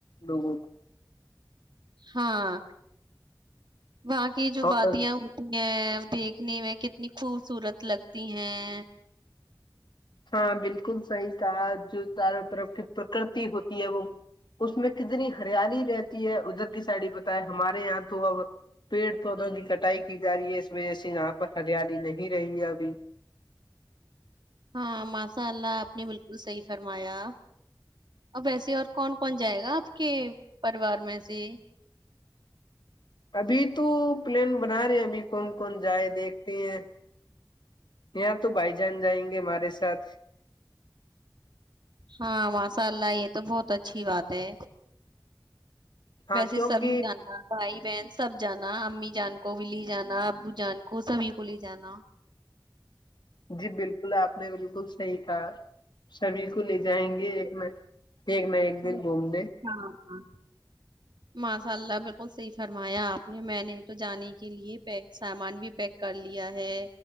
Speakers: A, on the left (about 75°); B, on the right (about 70°).
A: لوگوں کو
B: ہاں وہاں کی
A: کو
B: جو
A: اور
B: وادیاں ہوتی ہیں دیکھنے میں کتنی خوبصورت لگتی ہیں
A: ہاں بالکل صحیح کہ جو چاروں طرف کی پرکرتی ہوتی ہے وہ اس میں کتنی ہریالی رہتی ہے ادھر کی سائڈی بت ہے ہمارے یہاں تو اب پیڑ پودوں کی کٹائی کی جا رہی ہے اس وجہ سے یہاں پر ہریالی نہیں رہی ہے ابھی
B: ہاں ماشاء اللہ آپ نے بالکل صحیح فرمایا اب ویسے اور کون کون جائے گا آپ کے پریوار میں سے
A: ابھی تو پلین بنا رہے ہیں ابھی کون کون جائے دیکھتے ہیں اں تو بھائی جان جائیں گے ہمارے ساتھ
B: ہاں ماشاء اللہ یہ تو بہت اچھی بات ہے
A: ہاں
B: ویسے
A: کیونکہ
B: سبھی جانا بھائی بہن سب جانا امی جان کو ولی جانا ابو جان کو سبھی کو لے جانا
A: جی بالکل آپ نے بالکل صحیح کہا سبھی کو لے جائیں گے ایک منٹ ایک میں ایک
B: بالکل،
A: دن گھوم د
B: ہاں ہاں ماشاء اللہ بالکل صحیح فرمایا آپ نے میں نے تو جانے کے لیے پیک سامان بھی پیک کر لیا ہے